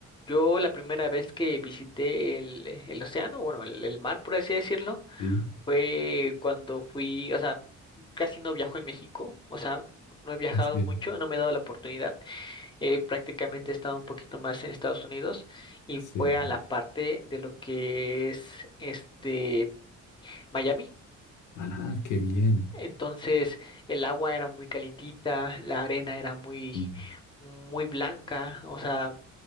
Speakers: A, on the left; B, on the left.
A: yo la primera vez que visité el, el océano, bueno, el, el mar, por así decirlo,
B: Sí,
A: fue cuando fui, o sea, casi no viajo en México, o sea, no he viajado
B: sí,
A: mucho, no me he dado la oportunidad, eh, prácticamente he estado un poquito más en Estados Unidos y
B: sí.
A: fue a la parte de lo que es este Miami.
B: Ah, qué bien.
A: Entonces el agua era muy calientita, la arena era muy,
B: Sí,
A: muy blanca, o sea,